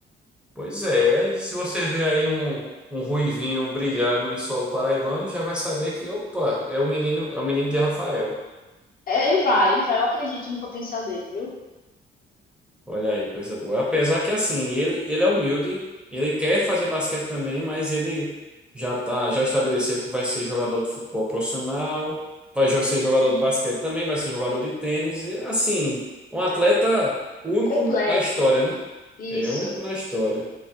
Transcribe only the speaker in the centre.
Pois é, e se você vê aí um, um ruivinho brilhando em solo paraibano, já vai saber que, opa, é o menino, é o menino de Rafael.
Olha aí, coisa boa. Apesar que assim, ele, ele é humilde, ele quer fazer basquete também, mas ele já tá, já estabeleceu que vai ser jogador de futebol profissional, vai jo- ser jogador de basquete também, vai ser jogador de tênis, e, assim, um atleta único
na história, né?
É único na história.